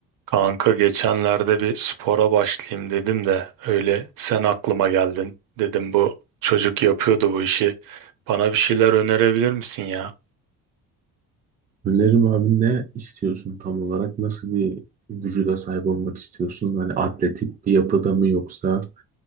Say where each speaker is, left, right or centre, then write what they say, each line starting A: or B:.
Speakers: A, on the right; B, on the right.
A: Kanka geçenlerde bir spora başlayayım dedim de öyle sen aklıma geldin. Dedim bu çocuk yapıyordu bu işi. Bana bir şeyler önerebilir misin ya?
B: Önerim abi ne istiyorsun tam olarak? Nasıl bir vücuda sahip olmak istiyorsun? Hani atletik bir yapıda mı yoksa